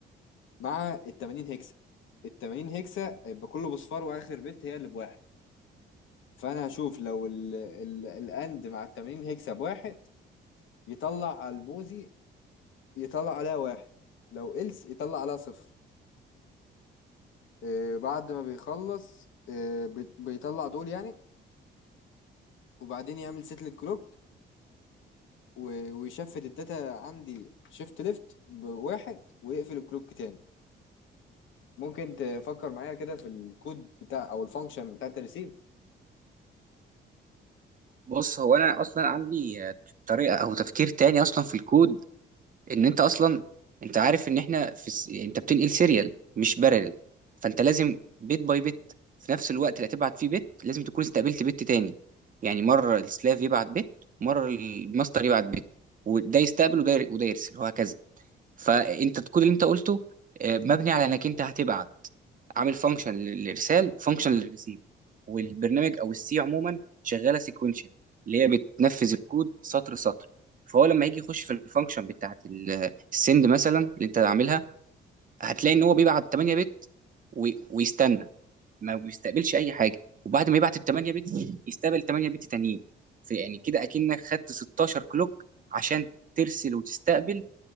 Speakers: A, on the left; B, on the right.
A: مع ال 80 هكسه ال 80 هكسه هيبقى كله بصفار واخر بت هي اللي بواحد فانا هشوف لو الاند مع ال 80 هكسه بواحد يطلع على الموزي يطلع عليها واحد لو إلس يطلع عليها صفر آه، بعد ما بيخلص آه، بي- بيطلع دول يعني وبعدين يعمل سيت للكلوك و- ويشفت الداتا عندي شيفت ليفت بواحد ويقفل الكلوك تاني ممكن تفكر معايا كده في الكود بتاع او الفانكشن بتاعت الريسيف
B: بص هو انا اصلا عندي آه، طريقه او تفكير تاني اصلا في الكود ان انت اصلا انت عارف ان احنا في الس... انت بتنقل سيريال مش بارل فانت لازم بيت باي بيت في نفس الوقت اللي هتبعت فيه بيت لازم تكون استقبلت بيت تاني يعني مره السلاف يبعت بيت مره الماستر يبعت بيت وده يستقبل وده ير- وده يرسل وهكذا فانت الكود اللي انت قلته آه، مبني على انك انت هتبعت عامل فانكشن للارسال وفانكشن للريسيف والبرنامج او السي عموما شغاله سيكونشن اللي هي بتنفذ الكود سطر سطر فهو لما يجي يخش في الفانكشن بتاعت السند مثلا اللي انت عاملها هتلاقي ان هو بيبعت 8 بت وي- ويستنى ما بيستقبلش اي حاجه وبعد ما يبعت ال 8 بت يستقبل 8 بت تانيين في يعني كده اكنك خدت 16 كلوك عشان ترسل وتستقبل